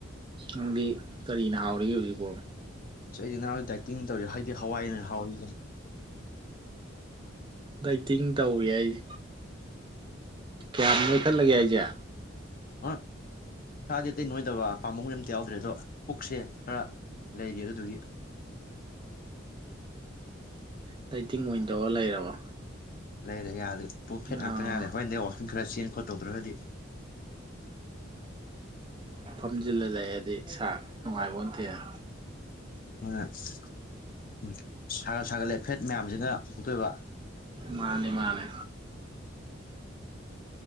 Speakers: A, on the right (about 25°); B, on the left (about 45°).
A: ꯅꯪꯗꯤ ꯀꯔꯤꯅ ꯍꯥꯎꯔꯤꯒꯦ ꯍꯧꯖꯤꯛꯐꯥꯎ
B: ꯑꯁ ꯑꯩꯗꯤ ꯅꯍ ꯗꯥꯏꯇꯤꯡ ꯇꯧꯔꯤ ꯍꯥꯏ ꯍꯋꯥꯏ ꯍꯋꯥ <inaudible>
A: ꯗꯩꯇ ꯇꯤꯡ ꯇꯧꯔꯤ ꯑꯩꯁꯦ ꯀꯌꯥꯝ ꯃꯣꯏꯈꯠꯂꯒꯦ ꯑꯩꯁꯦ
B: ꯑꯥ ꯏꯁꯥꯗꯤ ꯑꯇꯩ ꯅꯣꯏꯗꯕ ꯄꯥꯃꯨꯡꯈꯩ ꯑꯝꯇ ꯌꯥꯎꯗ꯭ꯔꯦ ꯑꯗꯣ ꯄꯨꯛꯁꯦ ꯈꯔ ꯂꯩꯔꯤ ꯑꯗꯨꯒꯤ
A: ꯇꯩꯇꯤꯡ ꯑꯣꯏꯅ ꯇꯧꯔ ꯂꯩꯔꯕ
B: ꯂꯩ ꯂꯩꯦ ꯌꯥꯗ꯭ꯔꯔꯤ ꯄꯣ ꯐꯦꯛꯠ
A: ꯑꯥ
B: ꯉꯥꯛꯇ ꯉꯥꯏꯔꯦ ꯍꯣꯏꯗꯤ ꯑꯣ ꯁꯨꯝ ꯈꯔ ꯆꯦꯟ ꯈꯣꯠ ꯇꯧꯗ꯭ꯔꯒꯗꯤ
A: ꯐꯍꯖꯤꯂ ꯍꯥꯏꯗꯤ ꯏꯁꯥ ꯅꯨꯡꯉꯥꯏꯕ ꯑꯣꯏꯅ ꯊꯦꯅ
B: ꯎꯝ ꯁꯔ ꯁꯀꯂꯦ ꯐꯦꯠ ꯃꯌꯥꯝꯁꯤꯅ ꯄꯨꯊꯣꯛꯇꯣꯏꯕ
A: ꯃꯥꯅꯤ ꯃꯥꯅꯤ